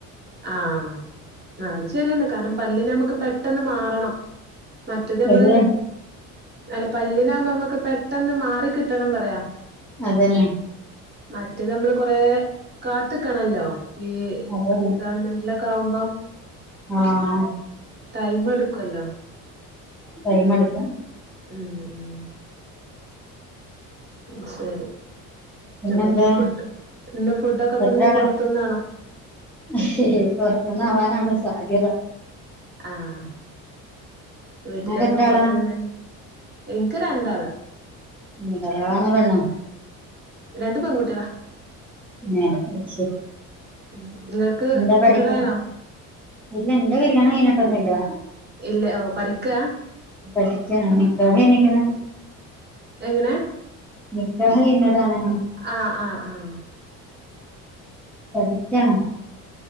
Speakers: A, on the right; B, in the centre.
A: ആ ആ അത് ശരിയാണ്. കാരണം പല്ല്നമ്മ ക്ക് പെ ട്ടന്ന് മാറണം മറ്റത് നമ്മള്
B: ഒരു ഉം
A: അല്ല പല്ലിനാകുമ്പോ നമ്മക്ക് പെട്ട പട്ടെന്ന് മാറികിട്ടണം പറയാ
B: അതന്നെ
A: മറ്റേതമ്മള് കൊറേ കാത്ത്ക്കണല്ലോ. യേ. <unintelligible>
B: അതന്നെ
A: ഗവൺമെൻ്റില ക്കാവുമ്പോം
B: ആഹ്
A: ടൈമെടുക്കല്ലോ
B: ടൈമെടുക്കും
A: മഉം ഉം ഉം ശരി
B: പിന്നെന്താ
A: അപ്പൊ നീ ഫുഡ് ഇന്ന് ഫുഡൊക്കെ അപ്പൊ
B: എത്രയാള
A: നീ പൊറത്തുന്നാണോ
B: പുറത് ന്നാവാനാണ് സാധ്യത
A: ആഹ് വീട്ടിലെത്തുമ്പോത്ത്ന്ന്ന്
B: നിങ്ങക്ക് എത്ര ആളാ
A: ഇൻക് ക്ക് രണ്ടാള്
B: രണ്ടാള് ആണോ പെണ്ണോ
A: രണ്ട് പൺകുട്ട്യളാ
B: ഏഹ് ശരി
A: ഉം നിങ്ങൾക്ക്
B: എന്താ പഠിക്ക്ണെ
A: കുട്ടികളായിണോ
B: ഇല്ല ഇന്റെ കല്യാണം കഴഞ്ഞിട്ടൊന്നുല്ല
A: ഇല്ല ഓ പഠിക്കാ
B: പഠിക്കാണ് നിക്കാഹ് കയിഞ്ക്ണ്
A: എങ്ങനെ
B: നിക്കാഹ് കയിഞ് താണ്
A: ആ ആ ആ ആ
B: പഠിക്കാണ്